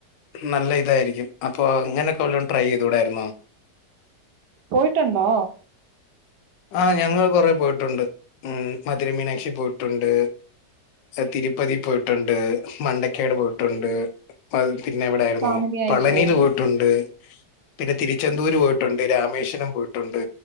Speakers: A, on the left; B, on the right.
A: നല്ല ഇതായിരിക്കും അപ്പൊ ഇങ്ങനെയൊക്ക ഉള്ള ട്രൈയെയ്തുകൂടായിരുന്നോ
B: പോയിട്ടുണ്ടോ?
A: ആ ഞങ്ങൾ കൊറെ പോയിട്ടുണ്ട് ഉം മധുരമീനാക്ഷിയി പോയിട്ടുണ്ട് എ തിരുപ്പതി പോയിട്ടുണ്ട് മണ്ടക്കാട് പോയിട്ടുണ്ട് പിന്നെ എവിടായിരുന്നു
B: ഫാമിലി ആയിട്ട്
A: പളനിയില് പോയിട്ടുണ്ട്. പിന്നെ തിരുച്ചെന്തൂര് പോയിട്ടുണ്ട് രാമേശ്വരം പോയിട്ടുണ്ട്